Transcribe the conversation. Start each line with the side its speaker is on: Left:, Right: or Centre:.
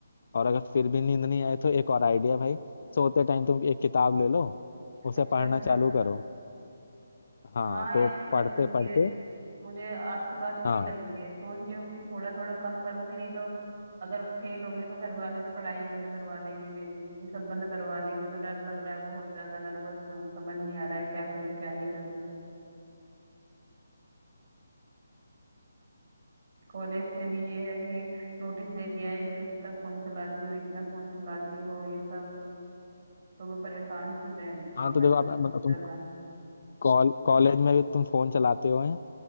Left: और अगर फिर भी नींद नहीं आए तो एक और आइडिया भाई सोते टाइम तुम एक किताब ले लो उसे
Right: अच्छा
Left: पढ़ना
Right: अच्छा
Left: चालू करो हाँ
Right: हाँ
Left: तो
Right: ऐसे कर
Left: पढ़ते पढ़ते
Right: धीरे मुझे आपकी बात सही
Left: हाँ
Right: लग रही है सोच रही हूँ कि थोड़ा थोड़ा कम करूंगी नहीं तो अगर फेल हो गई तो घर वाले तो पढ़ाई बंद करवा देंगे मेरी ये सब बंद करवा देंगे तो डर लग रहा है बहुत ज्यादा नर्वस हूँ समझ नहीं आ रहा है क्या करूँ क्या नहीं करूँ कॉलेज से भी ये है कि नोटिस दे दिया है कि तुम इतना फोन चलाती हो इतना फोन चलाती हो ये सब तो मैं परेशान सी रहती
Left: हाँ
Right: हूँ
Left: तो
Right: आजकल
Left: देखो आप
Right: बहुत
Left: मतलब तुम
Right: ज्यादा
Left: कॉल कॉलेज में भी तुम फोन चलाते हो हैं